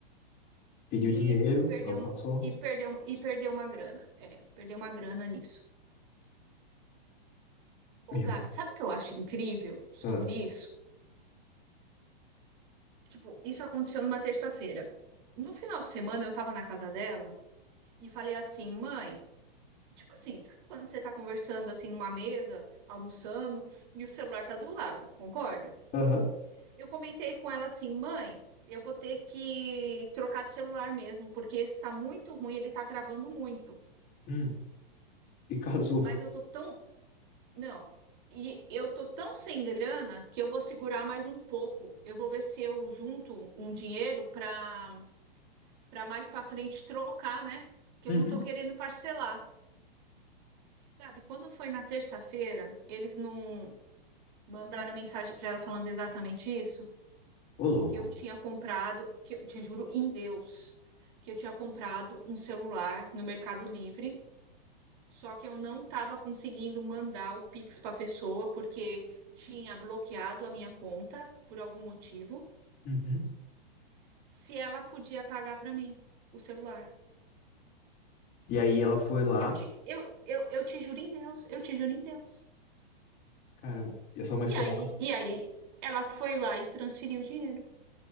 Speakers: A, on the left; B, on the right.
A: Pediu
B: e
A: dinheiro,
B: perdeu,
A: ela passou.
B: um- e perdeu, um- e perdeu uma grana. É, perdeu uma grana nisso. Ô,
A: Mil.
B: Gabi, sabe o que eu acho incrível sobre
A: Ah.
B: isso? Tipo, isso aconteceu numa terça-feira. No final de semana, eu estava na casa dela e falei assim, mãe, tipo assim, sabe quando você está conversando assim numa mesa, almoçando, e o celular tá do lado, concorda?
A: Aham.
B: Eu comentei com ela assim, mãe, eu vou ter que trocar de celular mesmo, porque esse tá muito ruim, ele tá travando muito.
A: Hum. E casou.
B: Mas eu tô tão. Não. E eu tô tão sem grana que eu vou segurar mais um pouco. Eu vou ver se eu junto um dinheiro para para mais para frente trocar, né? Que
A: Uhum.
B: eu não tô querendo parcelar. Gabi, quando foi na terça-feira, eles não mandaram mensagem para ela falando exatamente isso?
A: Ô, louco.
B: que eu tinha comprado, que eu te juro em Deus, que eu tinha comprado um celular no Mercado Livre, só que eu não estava conseguindo mandar o Pix para a pessoa porque tinha bloqueado a minha conta por algum motivo,
A: Uhum.
B: se ela podia pagar para mim o celular.
A: E aí ela foi lá.
B: Eu te, eu, eu, eu te juro em Deus, eu te juro em Deus.
A: Caramba. E a sua mãe
B: E
A: foi
B: aí,
A: lá.
B: e aí ela foi lá e transferiu o dinheiro.